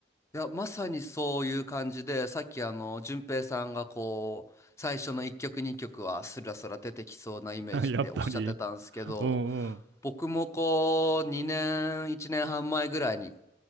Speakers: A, on the left; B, on the right.
A: いや、まさにそういう感じで、さっきあの、淳平さんがこう、最初の1曲2曲はスラスラ出てきそうなイメージっておっしゃってたんですけど、
B: <laughs> やっぱり。うんうん。
A: 僕もこう、2年、1年半前ぐらいに、